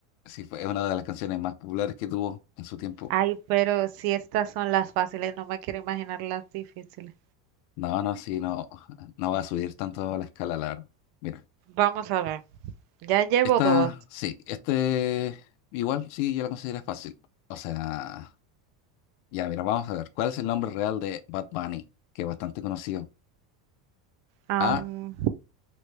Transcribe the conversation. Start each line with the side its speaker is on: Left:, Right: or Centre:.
Left: Sí, fue una de las canciones más populares que tuvo en su tiempo.
Right: Ay, pero si estas son las fáciles, no me quiero imaginar las difíciles.
Left: No, no, sí, no, no va a subir tanto la escala, la verdad. Mira,
Right: Vamos a ver. Ya llevo
Left: esta,
Right: dos.
Left: sí, este, igual sí, yo la considero fácil. O sea... Ya, mira, vamos a ver. ¿Cuál es el nombre real de Bad Bunny? Que es bastante conocido.
Right: Am,
Left: A.